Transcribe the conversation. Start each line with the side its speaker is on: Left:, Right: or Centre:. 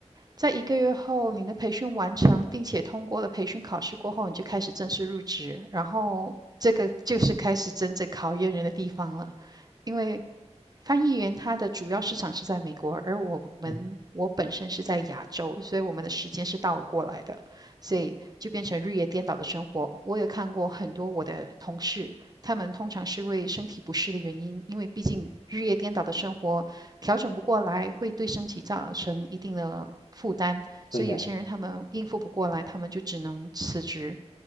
Right: 在一个月后，你的培训完成，并且通过了培训考试过后，你就开始正式入职，然后这个就是开始真正考验人的地方了，因为翻译员他的主要市场是在美国，而我们我本身是在亚洲，
Left: 嗯，
Right: 所以我们的时间是倒过来的，所以就变成日夜颠倒的生活。我也看过很多我的同事，他们通常是因为身体不适的原因，因为毕竟日夜颠倒的生活调整不过来，会对身体造成一定的负担，所以有些人他们应付不过来，
Left: 对呀。
Right: 他们就只能辞职。